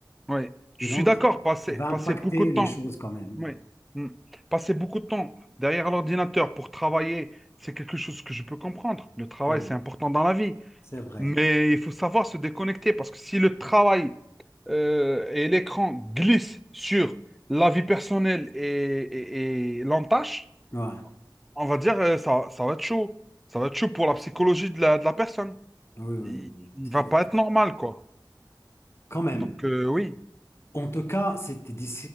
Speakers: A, in the centre; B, on the left.
A: Ouais. Je
B: Et donc,
A: suis d'accord. Passer,
B: ça va
A: passer
B: impacter
A: beaucoup de
B: les
A: temps.
B: choses quand même.
A: Oui. Mm. Passer beaucoup de temps derrière l'ordinateur pour travailler, c'est quelque chose que je peux comprendre. Le travail,
B: Ouais,
A: c'est important dans la vie.
B: c'est vrai.
A: Mais il faut savoir se déconnecter parce que si le travail euh, et l'écran glissent sur la vie personnelle et, et, et l'entache,
B: Ouais.
A: on va dire euh, ça, ça va être chaud. Ça va être chaud pour la psychologie de la, de la personne.
B: Oui, oui,
A: Il,
B: oui, oui,
A: il
B: c'est
A: va
B: vrai.
A: pas être normal, quoi.
B: Quand même.
A: Donc, euh, oui.
B: En tout cas, cette, dis-